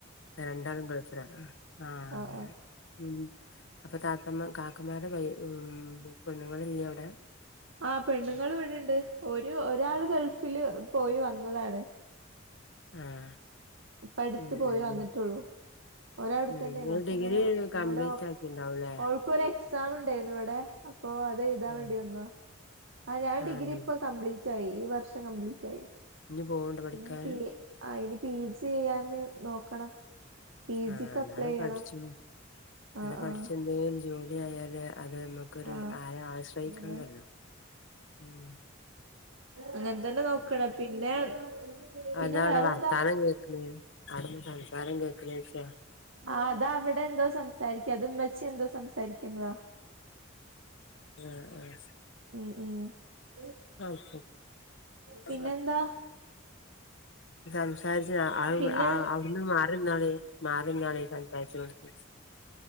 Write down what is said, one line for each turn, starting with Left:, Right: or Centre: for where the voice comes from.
Left: രണ്ടാളും ഗൾഫിലാണ് ആഹ് ആ അങ്ങനെ
Right: ആഹ് ആഹ്
Left: മ് അപ്പൊ താത്തമ്മ കാക്കമാരുടെ വൈ ഉം പെണ്ണ്ങ്ങൾ ഇല്ലേ അവിടെ?
Right: ആ പെണ്ണുങ്ങൾ ഇവിടെണ്ട് ഒരു ഒരാള് ഗൾഫില് പോയി വന്നതാണ്
Left: ആഹ്
Right: ഇപ്പ അടുത്ത്
Left: ഉം ഉം
Right: പോയി വന്നിട്ടുള്ളൂ
Left: ഉം
Right: ഒരടുത്തന്നെയിരുന്നു
Left: ഉം ഇങ്ങള്
Right: അപ്പൊ
Left: ഡിഗ്രി
Right: ഇങ്ങനെ
Left: കംപ്ലീറ്റ്
Right: ഇവിടെ
Left: ആക്കിണ്ടാവുംല്ലേ
Right: ഓൾക്കൊരു എക്സാം ഉണ്ടായിരുന്നു ഇവിടെ അപ്പൊ അത് എുതാൻ
Left: ആഹ്
Right: വേണ്ടി വന്ന ആ ഞാൻ
Left: ആഹ്
Right: ഡിഗ്രി ഇപ്പ കംപ്ലീറ്റ് റ്റായി ഈ വർഷം കംപ്ലീറ്റായി
Left: ഇഞ്ഞ് പോവ്ണ്ടോ പഠിക്കാന്
Right: ഇനി പി ആയി പി ജി ചെയ്യാന് നോക്കണം പി
Left: ആ
Right: ജിക്ക് അപ്ലൈ
Left: ഞാൻ
Right: ചെയ്യണം
Left: പഠിച്ചു എന്ന
Right: ആഹ്
Left: പഠിച്ച
Right: ആഹ്
Left: എന്തെലും ജോലി ആയല് അത് നമ്മുക്കൊരു
Right: ആഹ്
Left: ആരെ ആശ്രയിക്കണ്ടല്ലോ
Right: അതന്നെ
Left: ഉം
Right: അങ്ങന തന്നെ നോക്കണ പിന്നെ
Left: അ
Right: പിന്നെ
Left: ന്താ അവിടെ
Right: വേറെന്താ
Left: വർത്താനം കേൾക്കണ് അവിടുന്ന് സംസാരം കേൾക്കണ് വിക്ഷ
Right: ആ അതാ അവിടെ എന്തോ സംസാരിക്ക അത് ഉമ്മച്ചി എന്തോ സംസാരിക്കുന്നുതാ
Left: ആ അ
Right: ഉം
Left: ഓക്ക
Right: പിന്നെന്താ
Left: ആ <unintelligible> സംസാരിച്ച
Right: പിന്നെ
Left: അവിന്ന് മാറുന്നാള മാറുന്നാളെ സംസാരിച്ചു കൊടു <unintelligible>